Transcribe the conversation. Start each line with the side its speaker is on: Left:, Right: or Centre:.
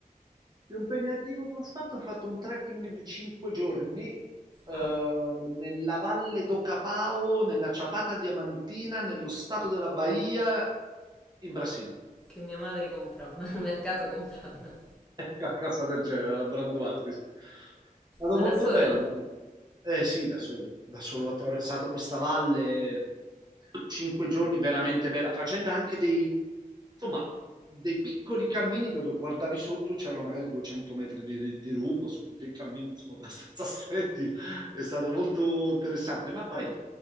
Right: più impegnativo che ho fatto, ho fatto un trekking di 5 giorni eh,
Centre: Ah,
Right: nella Valle d'Ocapao, nella Chapada Diamantina, nello stato della Bahia, in Brasile.
Centre: che mia madre comprò, <laughs> al mercato comprano.
Right: <laughs> qualcosa del genere, alla Branduardi. È stato
Centre: Ma
Right: molto
Centre: da solo?
Right: bello. Eh sì, da solo, da solo ho attraversato questa valle, cinque giorni veramente bella, facendo anche dei, insomma, dei piccoli cammini dove guardavi sotto c'erano magari 200 metri di, di, di rupo, su dei cammini insomma, <laughs> abbastanza stretti, è stato molto interessante, ma poi...